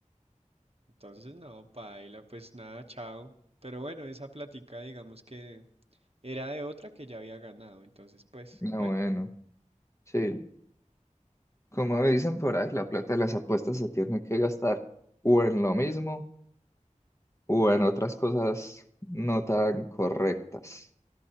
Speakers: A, on the right; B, on the left.
A: Entonces, no, paila, pues nada, chao. Pero bueno, esa plática, digamos que Era de otra que ya había ganado, entonces pues,
B: No,
A: bueno.
B: bueno. Sí. Como dicen por ahí, la plata de las apuestas se tiene que gastar o en lo mismo Bueno, otras cosas no tan correctas.